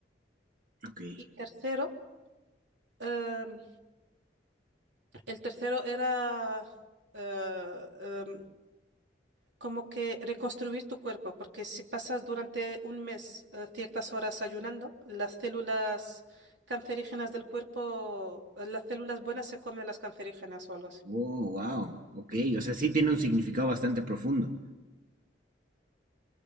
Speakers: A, on the right (about 50°); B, on the right (about 80°).
A: Ok.
B: Y tercero, em, el tercero era eh, em, como que reconstruir tu cuerpo, porque si pasas durante un mes eh, ciertas horas ayunando, las células cancerígenas del cuerpo, eh, las células buenas se comen las cancerígenas o algo así.
A: Oh, wow. Ok. O sea, sí tiene un significado bastante profundo.